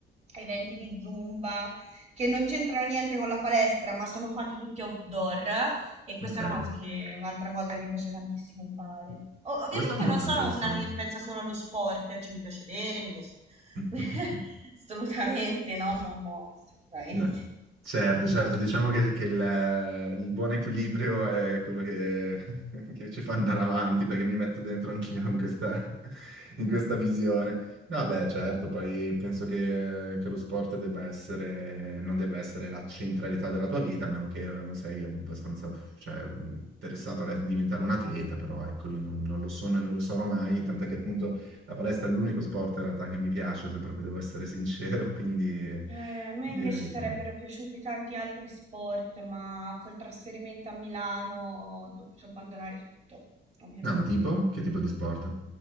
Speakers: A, on the right; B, on the right.
A: eventi di Zumba, che non c'entrano niente con la palestra, ma sono fatti tutti outdoor e questa
B: ok,
A: è una cosa che, un'altra cosa che mi piace tantissimo fare. O- ovviamente
B: questo è molto
A: non sono
B: interessante.
A: una che pensa solo allo sport, cioè mi piace bere, mi piace
B: <laughs>
A: <laughs> Assolutamente, no, no, no, assolutamente.
B: No. Certo,
A: Ci
B: certo,
A: manca.
B: diciamo che, che il, il buon equilibrio è quello che, <laughs> che ci fa andare avanti, perché mi metto dentro anch'io in questa, <laughs> in questa visione. No, beh, certo, poi penso che, che lo sport debba essere, non debba essere la centralità della tua vita, a meno che non sei abbastanza, cioè, interessato a diventare un atleta, però ecco, io non, non lo sono e non lo sarò mai, tant'è che appunto la palestra è l'unico sport in realtà che mi piace, se proprio devo essere sincero, <laughs> quindi
A: Eh, a me
B: direi
A: invece sarebbero
B: che...
A: piaciuti tanti altri sport, ma col trasferimento a Milano ho dovuto abbandonare tutto, ovviamente.
B: No, tipo? Che tipo di sport?